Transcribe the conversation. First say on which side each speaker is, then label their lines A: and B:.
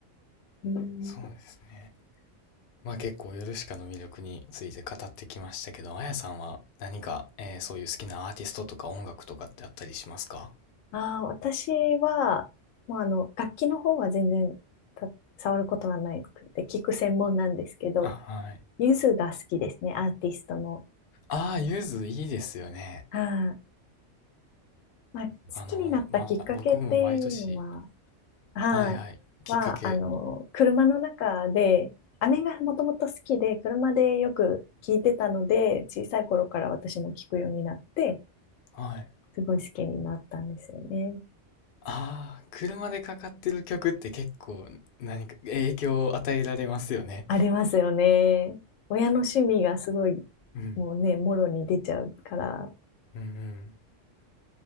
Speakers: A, on the left (about 85°); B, on the left (about 60°).
A: うん。
B: そうですね。まあ結構ヨルシカの魅力について語ってきましたけど、あやさんは何か、えーそういう好きなアーティストとか音楽とかってあったりしますか
A: ああ、私は、まあ、あの、楽器の方は全然た触ることはないくて、聞く専門なんですけど、
B: あ、はい。
A: ゆずが好きですね、アーティストの。
B: ああ、ゆずいいですよね。
A: はい。まあ、好きになったきっかけっていうのは、
B: あの、まあ僕も毎年、
A: はい。
B: はいはい、きっかけ、
A: は、あの、車の中で、姉がもともと好きで、車でよく聞いてたので、小さい頃から私も聞くようになって、
B: はい。
A: すごい好きになったんですよね。
B: ああ、車でかかってる曲って結構何か影響を与えられますよね。
A: ありますよね。親の趣味がすごい、
B: うん。
A: もうね、もろに出ちゃうから。
B: うんうん。